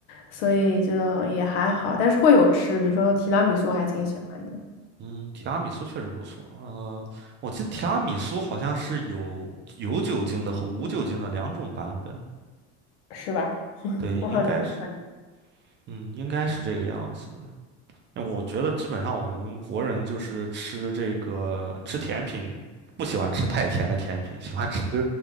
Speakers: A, on the left (about 80°); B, on the right (about 30°).
A: 所以就也还好，但是会有吃，比如说提拉米苏我还挺喜欢的。
B: 嗯，提拉米苏确实不错。呃，我记得提拉米苏好像是有有酒精的和无酒精的两种版本。
A: 是吧？
B: 对，
A: 我好像都喜欢
B: 应该是，嗯，应该是这个样子的那我觉得基本上我们国人就是吃这个吃甜品，不喜欢吃太甜的甜品，喜欢吃